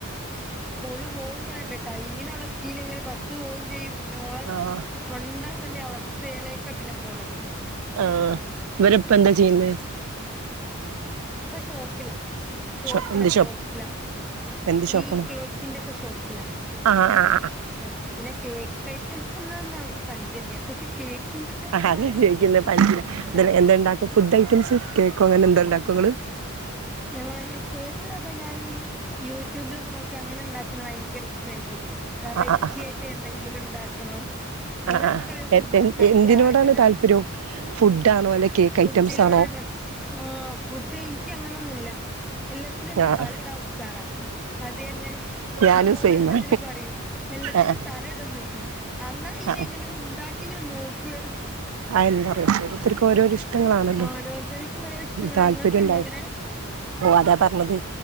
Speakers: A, in the centre; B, on the right.
A: സ്കൂള്പോകും വേണ്ടേട്ടോ ടൈമിന് അവിടെ എത്തിയില്ലങ്കില്ബസ് ബസ് പോകുകയും ചെയ്യും പിന്നെ ഓളേ
B: ആഹ്
A: കൊണ്ടാക്കേണ്ട അവസ്ഥയിലേക്കാ പിന്നെ പോണത്.
B: ആഹ് ഇവരെപ്പ എന്താ ചെയ്യുന്നത്?
A: ഇപ്പോ ഷോപ്പിലാ ഷോപ്പിലാ
B: ഷോ എന്ത്
A: ഷോപ്പിലാ.
B: എന്ത് ഷോപ്പാണ്
A: ഈ കേക്കിന്റെ ഒക്കെ ഷോപ്പിലാ
B: ആഹ് ആഹ്
A: ആഹ് പിന്നെ കേക്ക് ഐറ്റംസ് ഒന്നു നമ്മുക്ക് പഞ്ചല്യ കേക്കിന്റെ
B: ആഹ് അതാ
A: ആയത്
B: ഞാൻ ചോയിക്കുന്നെ പഞ്ചില അതല്ല
A: ആഹ്
B: എന്താ ഇണ്ടാക്കും ഫുഡ് ഐറ്റംസ് കേക്കോ അങ്ങനെന്താ ഉണ്ടാക്കുവോ നിങ്ങള്?
A: ഞങ്ങള് കേക്ക്ക്കെ ഞാനീ യൂട്യൂബിലൊക്കെ നോക്കി അങ്ങനെയുണ്ടാക്കുന്നത് ഭയങ്കര ഇഷ്ടം എനിക്ക്. വെറൈറ്റി
B: ആഹ് ആഹ്
A: ആയിട്ട് എന്തെങ്കിലും ഉണ്ടാക്കണം. അങ്ങനത്തെ
B: ആഹ് ആഹ്
A: കഴിവ്
B: എ എൻ
A: ഭയങ്കര
B: എന്തിനോടാണ്
A: ആഗ്രഹാ
B: താല്പര്യം ഫുഡാണോ അല്ലെ കേക്ക്
A: ഫുഡിലോടെ
B: ഐറ്റംസ് ആണോ
A: ആഹ് ഫുഡ് എനിക്ക് അങ്ങനൊന്നു ഇല്ല. എല്ലാത്തിനും ഇങ്ങനെ
B: ആഹ്
A: തലയിടാം ഉസാറാ അത് തന്നെ.
B: ഞാനും
A: എന്റെ മോള്
B: സെയിമാ
A: എല്ലാത്തിലും പറയും എല്ലാത്തിലും
B: ആഹ്
A: തലയിടും ഉമ്മച്ചി. എന്നാ ഇത്
B: ആഹ്
A: എങ്ങലു ഉണ്ടാക്കി നോക്കു പറ
B: എന്താ പറയാ ഓരോത്തർക്ക് ഓരോരോ ഇഷ്ടങ്ങളാണല്ലോ?
A: ഓരോരുത്തർക്കും ഓരോ ഇഷ്ടങ്ങളാ
B: താല്പര്യം
A: നിങ്ങൾക്ക്
B: ഉണ്ടാവും.
A: ഇണ്ടോ അങ്ങനെ
B: ഓ അതാ പറഞ്ഞത്